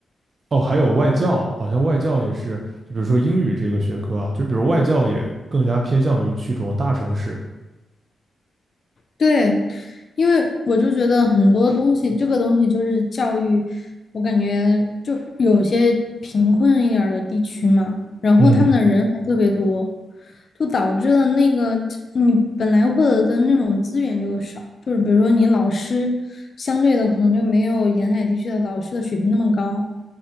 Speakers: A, on the right; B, on the left.
A: 哦，还有外教，好像外教也是，就比如说英语这个学科啊，就比如外教也更加偏向于去这种大城市。
B: 对，因为我就觉得很多东西，这个东西就是教育，我感觉就有些贫困一点儿的地区嘛，然后他们的人还特别多，
A: 嗯，
B: 就导致了那个你本来获得的那种资源就少，就是比如说你老师相对的可能就没有沿海地区的老师的水平那么高，